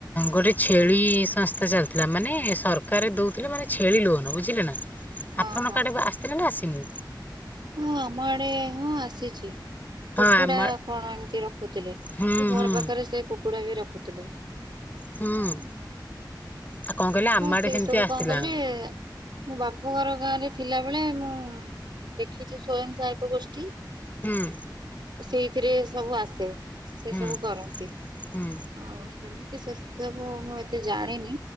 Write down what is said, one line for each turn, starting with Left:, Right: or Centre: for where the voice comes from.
Left: ଗୋଟେ ଛେଳି ସଂସ୍ଥା ଚାଲିଥିଲା ମାନେ ସରକାର ଦଉଥିଲେ ମାନେ ଛେଳି ଲୋନ ବୁଝିଲେ ନା।
Right: ହଁ
Left: ଆପଣଙ୍କ
Right: ହଁ
Left: କାଡେ ଆସିଥିଲେ ନା ଆସ ତିନି।
Right: ହଁ ଆମ ଆଡେ ହଁ ଆସିଚି।
Left: ହଁ
Right: କୁକୁଡା
Left: ଆମ
Right: କଣ ଏମତି ରଖୁଥିଲେ
Left: ହୁଁ
Right: ସେ ଘର
Left: ହୁଁ
Right: ପାଖରେ ସେ କୁ କୁକୁଡ଼ା ବି ରଖୁଥିଲେ।
Left: ହୁଁ
Right: ହଁ
Left: ଆଉ କଣ କହିଲେ ଆମ
Right: ହଁ
Left: ଆଡେ
Right: ସେଇ
Left: ସେମିତି
Right: ସବୁ
Left: ଆସିଥିଲା
Right: କଣ କଲେ ମୁଁ ବାପ ଘର ଗାଁ ରେ ଥିଲା ବେଳେ ମୁଁ ଦେଖିଛି ସ୍ଵୟଂସହାୟ ଏକ ଗୋଷ୍ଠୀ।
Left: ହୁଁ।।
Right: ସେଇଥିରେ ସବୁ ଆସେ ସେ
Left: ହୁଁ
Right: ସବୁ କରନ୍ତି
Left: ହୁଁ
Right: ଆଉ ସେମିତି ସବୁ ମୁଁ ଏତେ ଜାଣିନି।